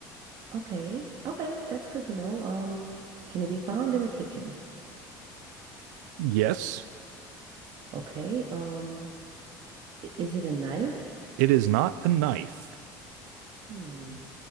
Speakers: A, on the right; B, on the right.
A: Okay. Okay, that's good to know. Um, can it be found in the kitchen?
B: Yes,
A: Okay. Um, i- is it a knife?
B: it is not a knife.
A: Hmm.